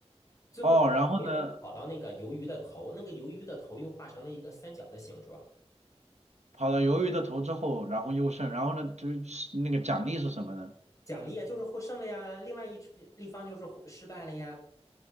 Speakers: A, on the left; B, on the right.
A: 最后谁能跑到那个鱿鱼的头，
B: 哦，然后呢
A: 那个鱿鱼的头又画成了一个三角的形状，
B: 跑到鱿鱼的头之后，然后优胜，然后呢就是那个奖励是什么呢？
A: 奖励啊就是获胜了呀，另外一只立方就是获失败了呀。